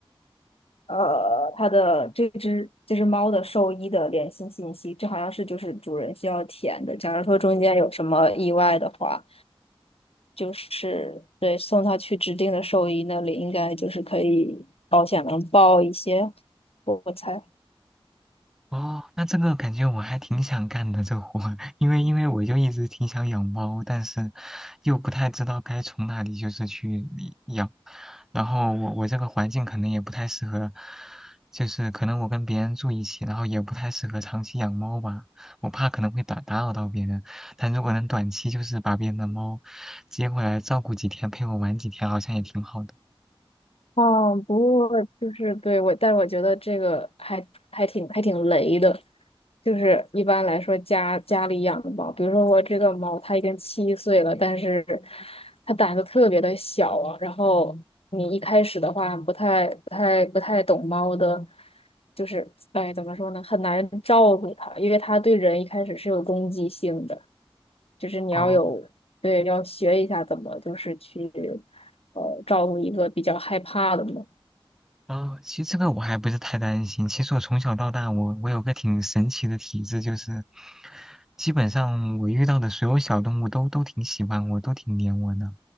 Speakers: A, on the left (about 85°); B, in the centre.
A: 呃它的这只这只猫的兽医的联系信息，这好像是就是主人需要填的。假如说中间有什么意外的话，就是对送它去指定的兽医那里，应该就是可以保险能报一些，我我猜。
B: 哦，那这个感觉我还挺想干的这活儿因为因为我就一直挺想养猫，但是又不太知道该从哪里就是去养，然后我我这个环境可能也不太适合，就是可能我跟别人住一起，然后也不太适合长期养猫吧，我怕可能会打打扰到别人，但如果能短期就是把别人的猫接回来照顾几天，陪我玩几天，好像也挺好的。
A: 哦，不过就是对我，但是我觉得这个还还挺还挺雷的，就是一般来说家家里养的猫，比如说我这个猫它已经七岁了，但是它胆子特别的小啊，然后你一开始的话不太不太不太懂猫的，就是哎怎么说呢，很难照顾它，因为它对人一开始是有攻击性的。就是你要有对，
B: 哦。
A: 要学一下怎么就是去呃照顾一个比较害怕的猫。
B: 啊，其实这个我还不是太担心。其实我从小到大，我我有个挺神奇的体质，就是基本上我遇到的所有小动物都都挺喜欢我，都挺黏我的，